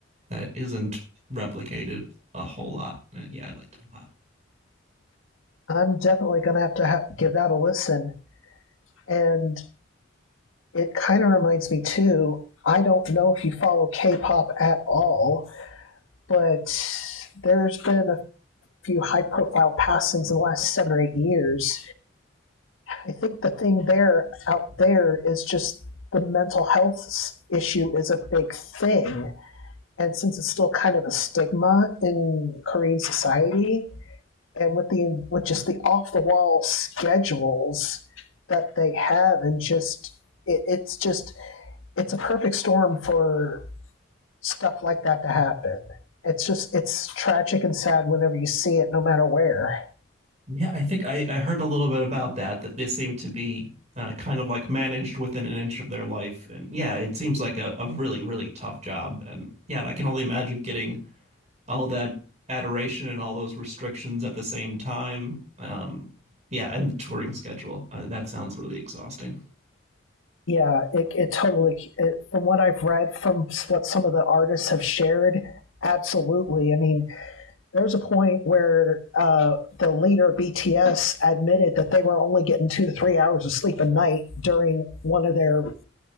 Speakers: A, on the right; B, on the left.
A: that isn't replicated a whole lot. Uh, Yeah, I liked it a lot.
B: I'm definitely going to have to ha- give that a listen. And It kind of reminds me too. I don't know if you follow K-pop at all, but there's been a few high-profile passings in the last seven or eight years. I think the thing there out there is just the mental health issue is a big thing, and since it's still kind of a stigma in Korean society, and with the with just the off-the-wall schedules that they have, and just it, it's just it's a perfect storm for stuff like that to happen. It's just it's tragic and sad whenever you see it, no matter where.
A: Yeah, I think I, I heard a little bit about that, that they seem to be uh, kind of like managed within an inch of their life. And yeah, it seems like a, a really, really tough job. And yeah, I can only imagine getting all that adoration and all those restrictions at the same time. Um, yeah, and the touring schedule. Uh, that sounds really exhausting.
B: Yeah, it, it totally. It, from what I've read, from s- what some of the artists have shared, absolutely. I mean, there was a point where uh, the leader of BTS admitted that they were only getting two to three hours of sleep a night during one of their